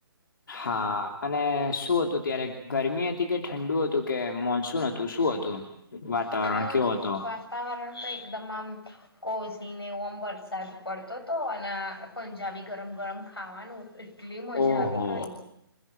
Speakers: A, on the left; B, on the left.
A: હા અને શું હતું ત્યારે ગરમી હતી કે ઠંડુ હતું કે મોનસૂન હ તું શું હતું વાતાવરણ
B: હા
A: કેવો હતો.
B: વાતાવરણ તો એકદમ આમ, કોઝીને એવું ઓમ વરસાદ પડતો હતો અને પંજાબી ગરમ ગરમ ખાવાનું, એટલી મજા
A: ઓહો
B: આવી ગઈ.